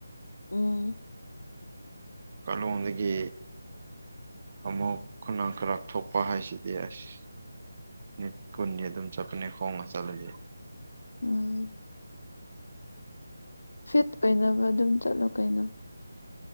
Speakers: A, on the left; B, on the right.
A: ꯎꯝ
B: ꯀꯥꯂꯣꯡꯗꯒꯤ ꯑꯃꯨꯛ ꯈꯨꯅꯥꯡ ꯈꯔꯥꯛ ꯊꯣꯛꯄ ꯍꯥꯏꯁꯤꯗꯤ ꯑꯁ ꯅꯤꯠ ꯀꯨꯟꯅꯤ ꯑꯗꯨꯝ ꯆꯠꯄꯅꯦ ꯈꯣꯡꯉ ꯆꯠꯂꯗꯤ
A: ꯎꯝ ꯐꯤꯠ ꯑꯣꯏꯅꯕ ꯑꯗꯨꯝ ꯆꯠꯂꯣ ꯀꯩꯅꯣ